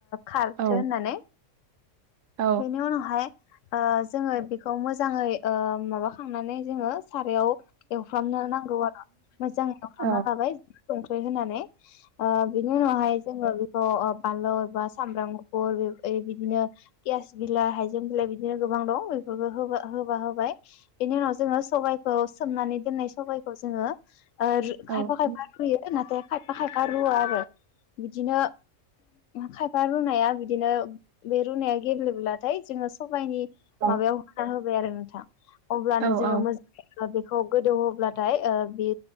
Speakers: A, on the left; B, on the right.
A: खारथो
B: औ
A: होननानै
B: औ
A: बेनि उनावहाय ओ जोङो बेखौ मोजाङै माबाखांनानै जोङो सारायाव एवफ्रामनो नांगौ आरो मोजां एवफ्रामना
B: औ
A: लाबाय संख्रि होनानै ओ बिनि उनावहाय जोङो बानलु बा सामब्राम गुफुर बिदिनो गेस बिलाइ हाइजें बिलाइ बिदिनो गोबां दं बेफोरखौ होबा होबाय बिनि उनाव जोङो सबाय खौ सोमनानै दोननाय सबायखौ जोङो ओ
B: औ
A: खायफा खायफा रुयो नाथाय खायफा खायफा रुवा आरो बिदिनो खायफा रुनाया बिदिनो बे रुनाया गेब्लेब्लाथाय जोङो सबायाइनि
B: औ
A: माबायाव होना होबाय आरो नोंथां अब्लानो
B: औ
A: जोङो मोजां बेखौ गोदौ होब्लाथाय ओ बे